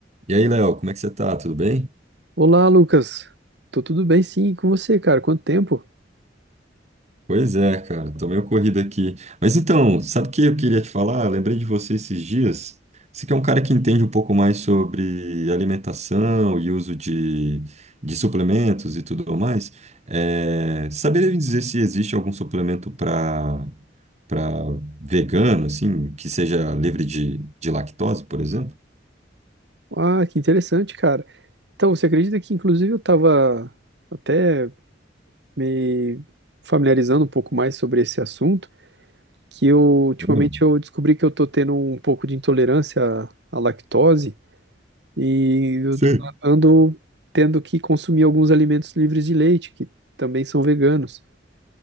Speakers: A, on the right (about 40°); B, on the right (about 65°).
A: E aí, Léo, como é que você tá? Tudo bem?
B: Olá, Lucas. Tô tudo bem, sim, e com você, cara? Quanto tempo?
A: Pois é, cara, tô meio corrido aqui. Mas então, sabe o que eu queria te falar? Eu lembrei de você esses dias. Você que é um cara que entende um pouco mais sobre alimentação e uso de, de suplementos e tudo mais. É, saberia me dizer se existe algum suplemento para para vegano, assim, que seja livre de, de lactose, por exemplo?
B: Ah, que interessante, cara. Então, você acredita que, inclusive, eu tava até me familiarizando um pouco mais sobre esse assunto, que eu, ultimamente,
A: Hum,
B: eu descobri que eu tô tendo um pouco de intolerância à, à lactose e eu
A: Sim.
B: ando tendo que consumir alguns alimentos livres de leite, que também são veganos.